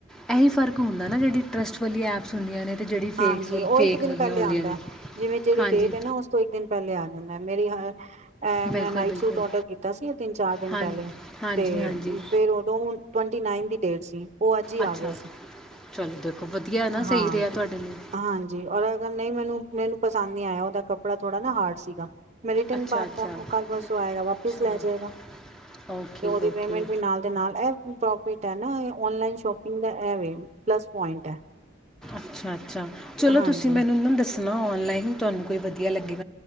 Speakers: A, in the centre; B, on the right.
A: ਇਹੀ ਫਰਕ ਹੁੰਦਾ ਨਾ ਜਿਹੜੀ ਟਰੱਸਟ ਵਾਲੀ ਐਪਸ ਹੁੰਦੀਆਂ ਨੇ ਤੇ ਜਿਹੜੀ ਫੇਕਸ
B: ਹਾਂਜੀ
A: ਵਾਲੀ
B: ਉਹ
A: ਫੇਕ
B: ਇੱਕ ਦਿਨ
A: ਵਾਲੀਆਂ
B: ਪਹਿਲੇ
A: ਹੁੰਦੀਆਂ
B: ਆਉਂਦਾ
A: ਨੇ
B: ਜਿਵੇਂ ਜਿਹੜੀ
A: ਹਾਂਜੀ
B: ਡੇਟ ਹੈ ਨਾ ਉਸ ਤੋਂ ਇੱਕ ਦਿਨ ਪਹਿਲੇ ਆ ਜਾਂਦਾ ਮੇਰੀ <unintelligible> ਅ
A: ਬਿਲਕੁਲ
B: ਮੈਂ ਨਾਈਟ
A: ਬਿਲਕੁਲ
B: ਸੂਟ ਔਡਰ ਕੀਤਾ ਸੀ ਤਿੰਨ ਚਾਰ ਦਿਨ
A: ਹਾਂਜੀ
B: ਪਹਿਲੇ
A: ਹਾਂਜੀ
B: ਤੇ
A: ਹਾਂਜੀ
B: ਫੇਿਰ ਉਦੋਂ ਟਵੰਟੀ ਨਾਈਨ ਦੀ ਡੇਟ ਸੀ ਉਹ ਅੱਜ ਹੀ
A: ਅੱਛਾ
B: ਆ ਗਿਆ ਸੀ
A: ਚਲੋ ਦੇਖੋ ਵਧੀਆ ਨਾ ਸਹੀ
B: ਹਾਂ
A: ਰਿਹਾ ਤੁਹਾਡੇ ਲਈ
B: ਹਾਂਜੀ ਔਰ ਅਗਰ ਨਹੀਂ ਮੈਨੂੰ ਮੈਨੂੰ ਪਸੰਦ ਨਹੀਂੀ ਆਇਆ ਉਹਦਾ ਕੱਪੜਾ ਥੋੜਾ ਨਾ ਹਾਰਡ ਸੀਗਾ ਮੈਂ ਰਿਟਨ
A: ਅੱਛਾ
B: ਪਾ
A: ਅੱਛਾ
B: ਤਾ ਉਹ ਕੱਲ ਪਰਸੋਂ ਆਏਗਾ ਵਾਪਿਸ
A: ਅੱਛਾ
B: ਲੈ ਜਾਏਗਾ
A: ਓਕੇ
B: ਤੇ ਉਹਦੀ
A: ਓਕੇ
B: ਪੇਮੈਂਟ ਵੀ ਨਾਲ ਦੇ ਨਾਲ ਪ੍ਰੋ ਤੇ ਆਨਲਾਈਨ ਸ਼ੌਪਿੰਗ ਦਾ ਇਹ ਵੈ ਪਲੱਸ ਪੁਆਇੰਟ ਹੈ
A: ਅੱਛਾ ਅੱਛਾ ਚਲੋ
B: ਹਾਂਜੀ
A: ਤੁਸੀਂ ਮੈਨੂੰ ਇਹ ਨੂੰ ਦੱਸਣਾ ਔਨਲਾਈਨ ਤੁਹਾਨੂੰ ਕੋਈ ਵਧੀਆ ਕੀ ਲੱਗੇ